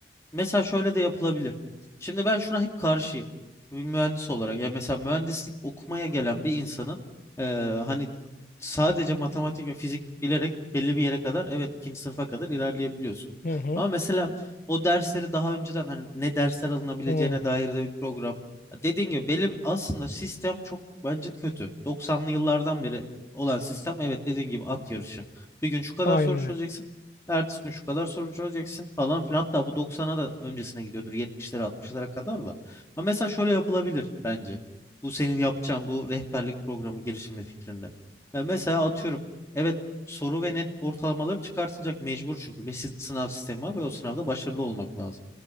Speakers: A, on the left; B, on the left.
A: Mesela şöyle de yapılabilir. Şimdi ben şuna hep karşıyım. Bir mühendis olarak. Ya mesela mühendislik okumaya gelen bir insanın eee, hani sadece matematik ve fizik bilerek belli bir yere kadar evet ikinci sınıfa kadar ilerleyebiliyorsun.
B: Hı hı.
A: Ama mesela o dersleri daha önceden hani ne dersler alınabileceğine
B: Hı.
A: dair de bir program. Ya Dediğin gibi belli bir- aslında sistem çok bence kötü. 90'lı yıllardan beri olan sistem evet dediğin gibi at yarışı. Bir gün şu kadar
B: Aynen
A: soru çözeceksin.
B: öyle.
A: Ertesi gün şu kadar soru çözeceksin falan filan. Hatta bu doksan'a da öncesine gidiyordur. 70'lere altmışlara kadar da. Ama mesela şöyle yapılabilir bence. Bu senin yapacağın bu rehberlik programı girişimi fikrinde. E, mesela atıyorum. Evet soru ve net ortalamaları çıkartılacak mecbur çünkü. Bir sı- sınav sistemi var ve o sınavda başarılı olmak lazım.